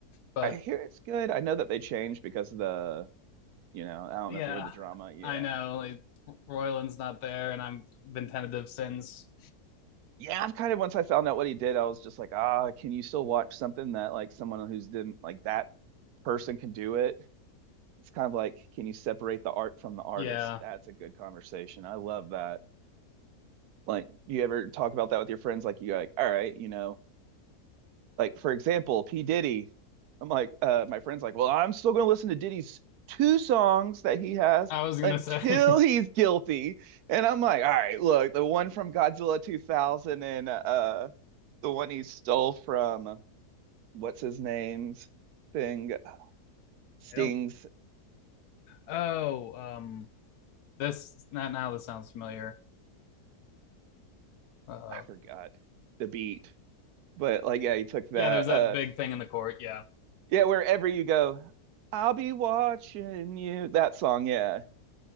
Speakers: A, on the left; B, on the right.
A: But
B: I hear it's good. I know that they changed because of the you know I don't
A: yeah,
B: know if you heard the drama. Yeah,
A: I know like, Royland's not there, and I've been tentative since.
B: yeah. I've kind of once I found out what he did, I was just like, ah, can you still watch something that like someone who's didn't like that person can do it? It's kind of like, can you separate the art from the artist?
A: Yeah,
B: That's a good conversation. I love that. Like, you ever talk about that with your friends? Like, you're like, all right, you know, Like for example, P Diddy. I'm like, uh, my friend's like, well, I'm still gonna listen to Diddy's two songs that he has
A: I was gonna
B: until
A: say
B: he's
A: <laughs>
B: guilty. And I'm like, all right, look, the one from Godzilla 2000 and uh, the one he stole from what's his name's thing, Sting's,
A: I don't. Oh, um, this now now this sounds familiar. Uh,
B: I forgot the beat, but like, yeah, he took that.
A: yeah, there was that
B: Uh,
A: big thing in the court. Yeah,
B: yeah, wherever you go, I'll be watching you. That song, yeah.